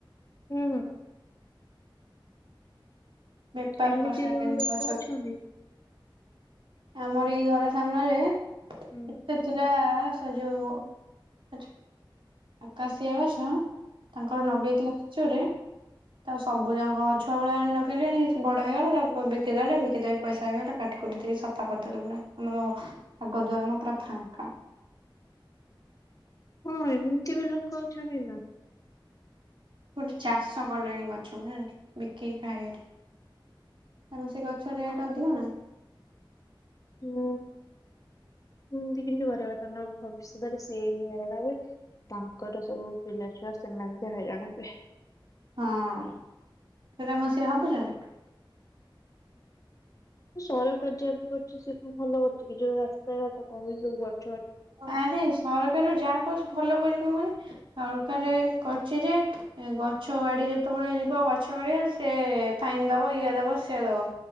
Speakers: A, on the left (about 40°); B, on the right (about 70°).
A: ହୁଁ
B: ବେପାର
A: ଏମିତି
B: କରିସାରିଲେଣି
A: ସବୁ ଲୋକ
B: ଗଛକୁ
A: ଅଛନ୍ତି।
B: ଆମର ଏଇ ଘର ସମ୍ନାରେ।
A: ହୁଁ
B: ଏତେ ଥିଲା। ସଜଉ ଲ ଆକାଶୀଆ ବା ଛୁଆଁ। ତାଙ୍କର
A: ହୁଁ
B: ନବେଇ କ୍ଳଚରେ। ତାଉ ସବୁ ଯାକ ଛୁଆ ବେଳେ ଆଣି ନକଲି ଆଣି କିଛି ବଡ ହେଇଗଲା ତା ବିକିଦେଲେ ବିକି ଦେଇକି ପଇସା ହେଇଗଲା କାଟିକୁଟି ଦେଇ ସ ଫାବକରିଦେଲେ ପୁରା ଆମର ଆଗ ଦଆର ମୁଁହ ପୁରା ଫାଙ୍କା।
A: ହଁ ଏମିତି ବି ଲୋକ ଅଛନ୍ତି ନା।
B: ଗୋଟେ ଚାଷ କଲେଣି ଗଛକୁ ଜାଣିଚୁ ବିକିକି ଖାଇଆରେ କାରଣ ସେ ଗଛ ରେଟ ଅଧିକ ନା।
A: ହୁଁ ହୁଁ ବି କିନ୍ତୁ ପରିବର୍ତ୍ତନ ଭବିଷ୍ୟତରେ ସିଏ ହିଁ ହଇରାଣ ହେବେ ତାଙ୍କର ସବୁ ପିଲା ଛୁଆ ସେମାନେ ବି ହଇରାଣ ହେବେ।
B: ହଁ ସେଟା କଣ ସିଏ ଭାବୁଛନ୍ତି।
A: ସରକାର ଯାହା ବି କରୁଛି ସେ କଣ ଭଲ କରୁଛି କି ଯୋଉ ରାସ୍ତା ଘାଟ କରୁଚି ସବୁ ବର
B: ଆରେ ସରକାର ଯାହା କହୁଛି ଭଲ କହ ନି ସରକାର କରିଛି ଯେ ଗଛ ଗାଡି ଯେତେବେଳେ ଯିବ ଗଛ ଗାଡିଆ ସେ ଫାଇନ ଦବ ଇଏ ଦବ ସିଏ ଦବ।